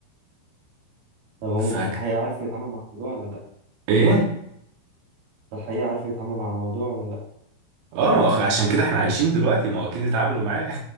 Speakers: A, on the right; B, on the right.
A: طب هما
B: فاك
A: في الحقيقة عارفوا يتعاملوا مع الموضوع ولا لأ؟
B: إيه؟
A: في الحقيقة عارفوا يتعاملوا مع الموضوع ولا لأ؟
B: اه ما هو عشان كده احنا عايشين دلوقتي ما هو أكيد اتعاملوا معاه